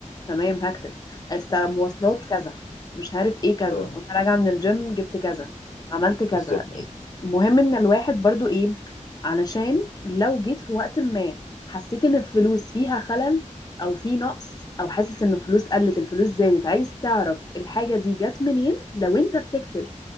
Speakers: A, on the left; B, on the left.
A: تمام هكتب است- مواصلات كذا مش عارف ايه كذا
B: اه
A: وانا راجعه من الجيم
B: مم.
A: جبت كذا عملت كذا
B: بالظبط
A: المهم ان الواحد برضو ايه علشان لو جيت في وقت ما حسيت ان الفلوس فيها خلل او في نقص او حاسس ان الفلوس قلت الفلوس زادت عايز تعرف الحاجه دي جت منين لو انت بتكتب
B: مم.